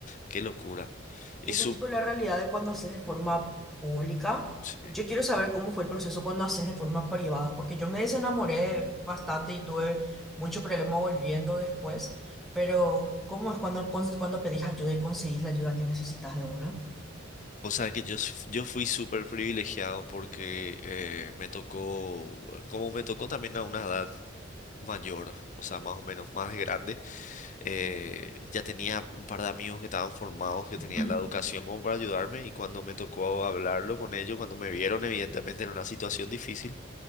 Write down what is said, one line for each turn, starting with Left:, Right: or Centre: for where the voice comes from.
Left: Qué locura. Y
Centre: Y esa
Left: su,
Centre: es tipo la realidad de cuando haces de forma pública.
Left: sí.
Centre: Yo quiero saber cómo fue el proceso cuando haces de forma privada, porque yo me desenamoré bastante y tuve mucho problema volviendo después. Pero, ¿cómo es cuando, cons- cuando pedís ayuda y conseguís la ayuda que necesitas de una?
Left: O sea, que yo, s- yo fui súper privilegiado porque eh, me tocó, como me tocó también a una edad mayor, o sea, más o menos más grande, eh, ya tenía un par de amigos que estaban formados, que
Centre: <clears throat>
Left: tenían la educación como para ayudarme y cuando me tocó hablarlo con ellos, cuando me vieron evidentemente en una situación difícil,